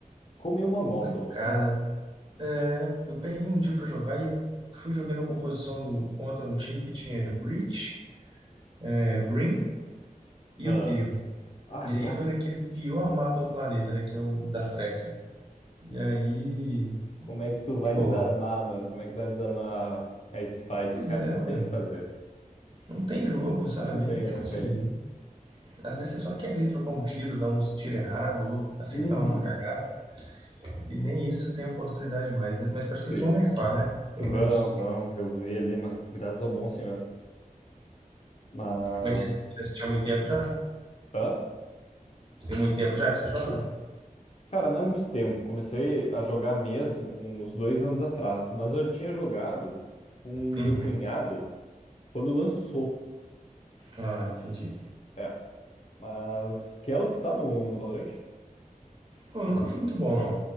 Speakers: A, on the left; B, on the right.
A: Ficou meio monótono,
B: complicada.
A: né?
B: né? Eu peguei um dia pra jogar e eu fui jogando a composição do, contra um time que tinha Breach, é, Brim e
A: Aham.
B: o Terro.
A: Ai,
B: E aí
A: nossa.
B: foi naquele pior mapa do planeta, né? Que é o da Fracture. E aí.
A: Como é que tu vai
B: Pô,
A: desarmar, mano? Como é que tu vai desarmar a Spike,
B: pois
A: cara?
B: é,
A: Não tem
B: ué.
A: o que fazer.
B: Não tem jogo, sabe?
A: Não tem,
B: e tipo
A: não
B: assim,
A: tem.
B: às vezes você só quer ali trocar um tiro, dar uns tiro errado ou acertar
A: Uhum.
B: uma numa cagada, e nem isso tem oportunidade mais, né? Mas parece que eles
A: Sim.
B: vão nerfar, né? Pelo
A: Vão,
B: menos.
A: vão. Eu vi ali, mas graças ao bom senhor. Mas.
B: Mas você, você assiste há muito tempo já?
A: Hã?
B: Tem muito tempo já que você joga?
A: Cara, não é muito tempo. Comecei a jogar mesmo uns dois anos atrás. Mas eu tinha jogado com
B: Uhum.
A: o meu cunhado quando lançou.
B: Ah, entendi.
A: É. Mas. Que é o que tu tá no, no Valorant?
B: Pô, eu nunca fui muito bom, não.